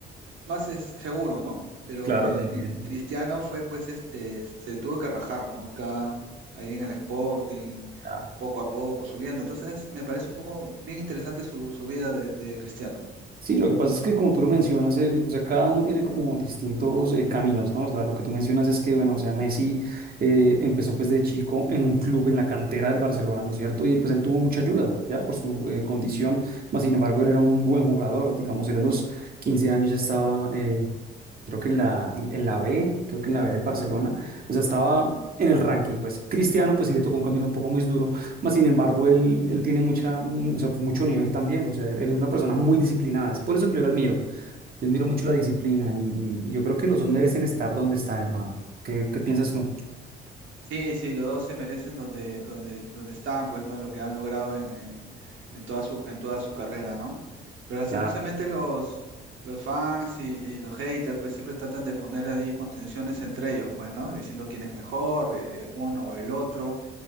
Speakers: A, on the right; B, on the right.
A: más es seguro, ¿no? Pero
B: claro,
A: eh,
B: te entiendo.
A: eh, Cristiano fue, pues, este, se tuvo que rajar, ¿no? Acá, ahí en el Sporting,
B: Ah,
A: poco a poco, subiendo. Entonces, me parece un poco bien interesante su, su vida de, de Cristiano.
B: Sí, lo que pasa es que como tú lo mencionas, el, o sea, cada uno tiene como distintos eh, caminos, ¿no? O sea, lo que tú mencionas es que, bueno, o sea, Messi eh, empezó pues de chico en un club en la cantera del Barcelona, ¿no es cierto? Y pues él tuvo mucha ayuda, ya, por su eh, condición, más sin embargo, él era un buen jugador, digamos, él a los 15 años ya estaba eh, creo que en la, en, en la B, creo que en la B del Barcelona, o sea, estaba en el ranking, pues. Cristiano, pues sí le tocó un camino un poco muy duro, más sin embargo, él, él tiene mucha, mm, o sea, mucho nivel también, o sea, él, él es una persona muy disciplinada, es por eso que yo lo admiro, yo admiro mucho la disciplina y, y- y yo creo que los dos merecen estar donde están, hermano. ¿Qué, qué piensas tú?
A: Sí, sí, los dos se merecen donde, donde, donde están, pues, ¿no? Lo que han logrado en, en, en toda su, en toda su carrera, ¿no? Pero lastimosamente
B: Claro.
A: los, los fans y, y los haters, pues, siempre tratan de poner ahí contenciones entre ellos, pues, ¿no? Diciendo quién es mejor, eh, uno o el otro